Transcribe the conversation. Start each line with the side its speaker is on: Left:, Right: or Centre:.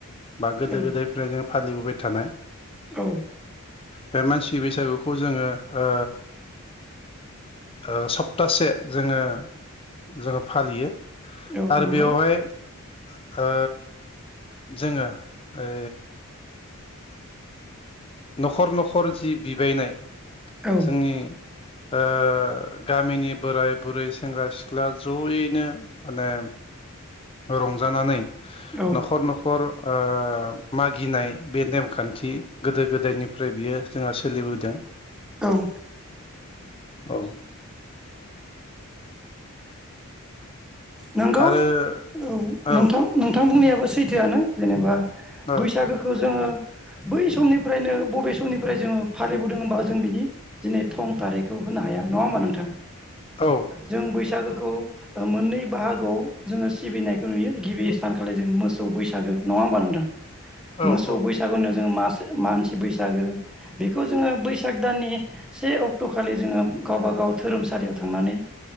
Left: बा गोदो
Centre: औ
Left: गोदायनिफ्राय जों फालिबोबाय थानाय
Centre: औ।
Left: बे मानसि बैसागुखौ जोङो ओ ओ सप्तासे जोङो जोङो फालियो
Centre: औ
Left: आरो
Centre: नंगौ
Left: बेवहाय ओ जोङो ए न'खर न'खर जि बिबायनाय
Centre: औ
Left: जोंनि ओ गामिनि बोराय बुरै सेंग्रा सिख्ला जयैनो माने रंजानानै
Centre: औ
Left: न'खर न'खर ओ मागिनाय बे नेमखान्थि गोदो गोदायनिफ्राय बियो जोंहा सोलिबोदों।
Centre: औ।
Left: औ ओ
Centre: नोंगौ
Left: आरो
Centre: औ
Left: औ
Centre: नोंथां नोंथां बुंनायाबो सैथोआनो जेनेबा
Left: औ
Centre: बैसागोखो जोङो बै समनिफ्रायनो बबे समनिफ्राय जोङो फालिबोदों होमबा जों बिनि दिनै थं थारिखखौ होनो हाया नङा होमबा नोंथां?
Left: औ
Centre: जों बैसागोखौ ओ मोननै बाहागोआव जोङो सिबिनायखौ नुयो गिबि सथानखालि जों मोसौ बैसागो नङा होमबा नोंथां
Left: औ
Centre: मोसौ
Left: औ
Centre: बैसागुनियाव जोङो मास सो मानसि बैसागो बेखौ जोङो बैसाग दाननि से अक्ट' खालि जोङो गावबा गाव धोरोमसालियाव थांनानै